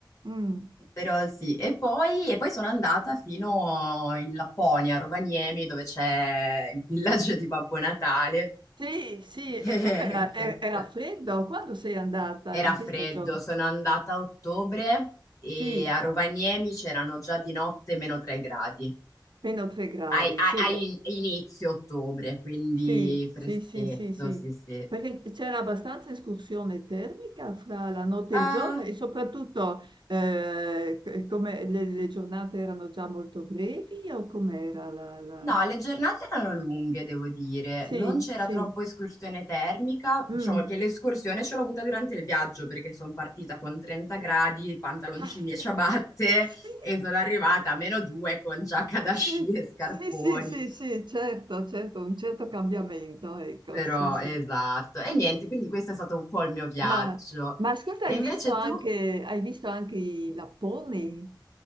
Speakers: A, on the right; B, on the left.
A: Mm.
B: però sì. E poi, e poi sono andata fino in Lapponia, a Rovaniemi, dove c'è il villaggio di Babbo Natale,
A: Sì, sì,
B: che
A: e com'era? E- Era
B: <laughs>
A: freddo? Quando sei andata?
B: era
A: In che
B: freddo.
A: stagione?
B: Sono andata a ottobre e
A: Sì,
B: a Rovaniemi c'erano già di notte meno 3 gradi.
A: Meno 3 gradi,
B: Ai- ai-
A: sì,
B: ai-
A: beh,
B: in- inizio ottobre, quindi
A: sì, sì,
B: freschetto,
A: sì, sì, sì,
B: sì, sì.
A: perché c'era abbastanza escursione termica fra la notte
B: Ah,
A: e il giorno e soprattutto eh, c- come le, le giornate erano già molto brevi o com'era la, la...
B: No, le giornate erano lunghe, devo dire,
A: Sì,
B: non c'era
A: sì,
B: troppo escursione termica, diciamo
A: mm.
B: che l'escursione ce l'ho avuta durante il viaggio perché sono partita con 30 gradi, pantaloncini
A: <laughs> Ah,
B: e ciabatte
A: sì,
B: e sono arrivata a meno 2 con giacca da
A: sì,
B: sci e scarponi,
A: sì, sì, sì, sì, sì, certo, certo, un certo cambiamento, ecco,
B: però
A: sì, sì.
B: esatto, e niente, quindi questo è stato un po' il mio viaggio.
A: Ma, ma ascolta,
B: E
A: hai
B: invece
A: visto anche,
B: tu?
A: hai visto anche i lapponi?